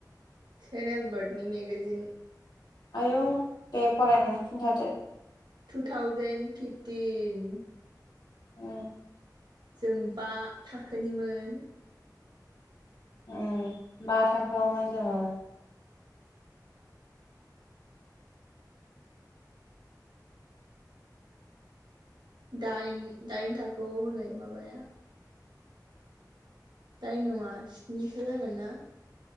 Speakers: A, on the right; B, on the left.
A: सेनेयल बाद मेगाजिन
B: आयौ दे फरायनानै खिन्थादो
A: टु थउजेन फिफटिन
B: उम
A: जों बा थाखोनिमोन
B: उम बा थाखोआवमोन जों औ
A: दाइन दाइनथाखोयाव होनाय माबाया दाइन नङा स्निसो जागोना